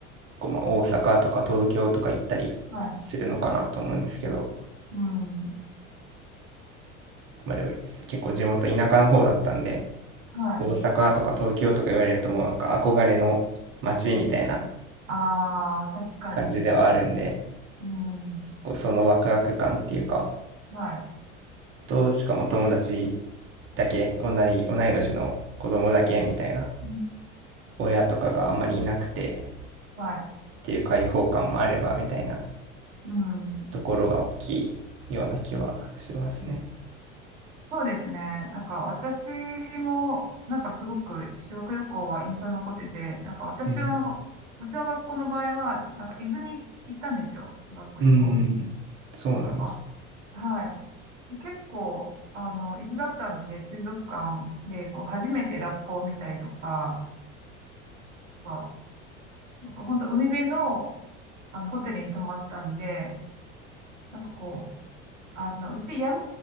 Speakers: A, on the right; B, on the right.
A: こうまあ大阪とか東京とか行ったりするのかなと思うんですけど、
B: い。うん。
A: まあでも結構地元田舎の方だったんで、
B: はい。
A: 大阪とか東京とか言われるともうなんか憧れの街みたいな
B: ああ、確かに。
A: 感じではあるんで、
B: うん。
A: こうそのワクワク感っていうか、
B: はい。
A: と、しかも友達だけ、同い、同い年の子供だけみたいな、
B: うん
A: 親とかがあんまりいなくてっ
B: はい。
A: ていう開放感もあればみたいな
B: うん。
A: ところが大きいような気はしますね。
B: そうですね。なんか私も、なんかすごく修学旅行は印象に残ってて、なんか私の、
A: うん。
B: うちの学校の場合は、なんか伊豆に行ったんですよ。修学旅行。
A: うん。そうなんです。
B: なんか、はい。結構、あの、伊豆だったんで、水族館で、こう、初めてラッコを見たりとか、なんか、なんか本当海辺の、あの、ホテルに泊まったんで、なんかこう、あの、うち山